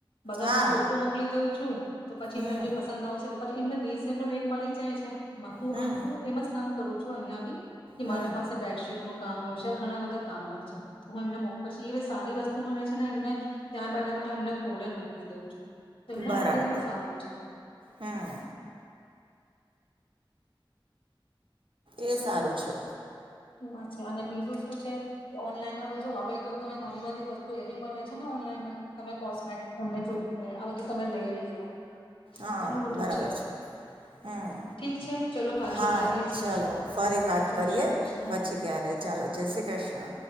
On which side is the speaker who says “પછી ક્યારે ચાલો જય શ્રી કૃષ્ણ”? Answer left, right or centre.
Right